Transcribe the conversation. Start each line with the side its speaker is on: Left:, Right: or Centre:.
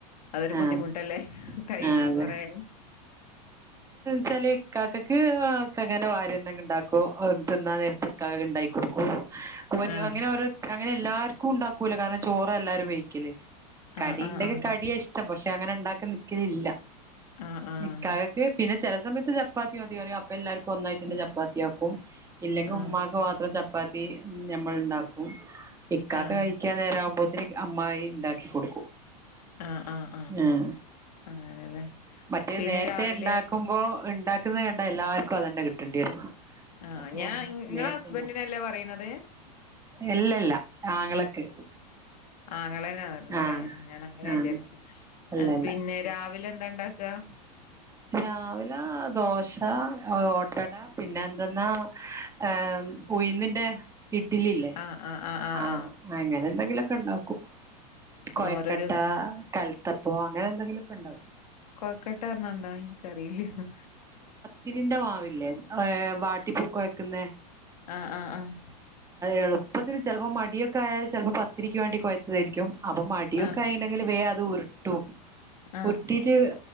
Left: അതൊരു
Right: ആഹ്
Left: ബുദ്ധിമുട്ടല്ലേ ടൈമും
Right: ആഹ് അതെ
Left: കുറെ
Right: ചില ഇക്കാക്കക്ക് ഇകാകാന്റെ ഭാര്യ എന്തെങ്കി ഉണ്ടാക്കും തിന്നാൻ നേരത്തെ ഇക്കാക്കക്ക് ഉണ്ടായി കൊടുക്കും
Left: ആഹ്
Right: അങ്ങനെ ഓരോ അങ്ങനെ എല്ലാർക്കും ഉണ്ടാക്കൂല കാരണം ചോറാ എല്ലാരും വെയ്ക്കല് കടിയുണ്ടങ്കി
Left: ആഹ് ആഹ്
Right: കടിയ ഇഷ്ടം പക്ഷെ അങ്ങനെ ഉണ്ടാക്കാൻ നിക്കലില്ല
Left: ആഹ് ആഹ്
Right: ഇക്കാക്കക്ക് പിന്നെ ചില സമയത്ത് ചപ്പാത്തി മതി പറയും അപ്പൊ എല്ലാവർക്കും ഒന്നായിട്ട്ന്നെ ചപ്പാത്തിയാക്കും ഇല്ലെങ്കിൽ
Left: ആഹ്
Right: ഉമ്മാക്ക് മാത്രം ചപ്പാത്തി നമ്മൾ ഉണ്ടാക്കും ഇക്കാക്ക്
Left: ആഹ്
Right: കഴിക്കാൻ നേരം ആകുമ്പോ ഇത്തിരി അമ്മായി ഉണ്ടാക്കി കൊടുക്കും
Left: ആഹ് ആഹ്
Right: ആഹ്
Left: അങ്ങനെല്ലേ
Right: മറ്റേ
Left: പിന്നെ
Right: നേരത്തെ
Left: രാവിലെ
Right: ഉണ്ടാക്കുമ്പോ ഉണ്ടാ ക്കുന്നത് കണ്ടാ എല്ലാവർക്കും അതന്നെ കിട്ടേണ്ടി വരും
Left: ആഹ്
Right: അപ്പൊ
Left: ഞാൻ നിങ്ങളെ
Right: നേരത്തെ
Left: ഹസ്ബൻറിനല്ലേ പറയണത്
Right: അല്ലല്ല ആങ്ങളക്ക്
Left: ആങ്ങളെനെ പറഞ്ഞല്ലേ
Right: ആഹ്
Left: ഞാൻ അങ്ങനെ
Right: ആഹ്
Left: വിചാരിച്ചു
Right: അല്ലല്ല
Left: പിന്നെ രാവിലെ എന്താ ഉണ്ടാക്കുക
Right: രാവിലെ ദോശ ഓട്ടട പിന്നെ എന്തെന്നാ ഏ ഉയുന്നിന്റെ ഇഡ്ലില്ലേ
Left: ആഹ് ആഹ് ആഹ് ആഹ്
Right: ആഹ അങ്ങനെ എന്തെങ്കിലുംഒക്കെ ഉണ്ടാക്കൂ. കൊഴക്കട്ട
Left: ആഹ് ഓരോ ദിവസം
Right: കൽത്തപ്പൊ അങ്ങനെ എന്തെങ്കിലൊക്കെ ഉണ്ടാക്കും.
Left: കൊഴക്കെട്ടാന്നർഞ്ഞ എന്താ അഹ് ഇൻക്അറീലേയ്ന്നു.
Right: ത്തിരിന്റെ മാവില്ലേ വാട്ടിപ്കൊയകുന്നേ?
Left: ആഹ് ആഹ് ആഹ്.
Right: എളുപ്പത്തിന് ചെലപ്പോ മടിയൊക്കെ ആയാ ചെലപ്പോ പത്തിരിക്ക് വേണ്ടി കൊഴച്ചതായ്രിക്കും അപ്പൊ മടിയൊക്കെ
Left: ആഹ്
Right: ആയി വേ അത് ഉരുട്ടും
Left: ആഹ്
Right: ഉരു കിട്ടീട്ട്